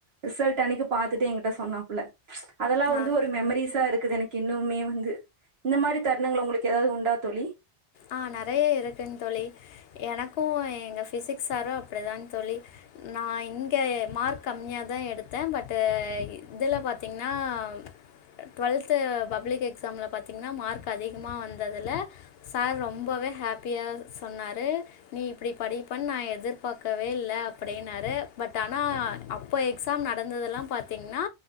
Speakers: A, on the right (about 70°); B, on the left (about 70°).
A: ரிசல்ட் அன்னைக்கு பாத்துட்டு என்கிட்ட சொன்னாப்ல அதெல்லா வந்து
B: ஆ
A: ஒரு மெமரிஸ் ஸா இருக்குது எனக்கு இன்னுமே வந்து இந்த மாரி தருணங்கள் உங்களுக்கு ஏதாவது உண்டா தோழி
B: ஆ நெறைய இருக்குங் தோழி எனக்கு எங்க பிசிக்ஸ் சார்ரு அப்டிதா தோழி நா இங்க மார்க் கம்மியாதா எடுத்தே பட் இதுல பாத்திங்கன்னா அ ட்வெல்த்து பப்ளிக் எக்ஸாம்ல பாத்திங்ன்னா மார்க் அதிகமா வந்ததுல சார் ரொம்பவே ஹாப்பியாக சொன்னாரு நீ இப்டி படிப்பன் நா எதிர்பாக்கவே இல்ல அப்படின்னாரு பட் ஆனா அப் இப்போ எக்ஸாம் நடந்ததெல்லா பார்த்தீங்கன்னா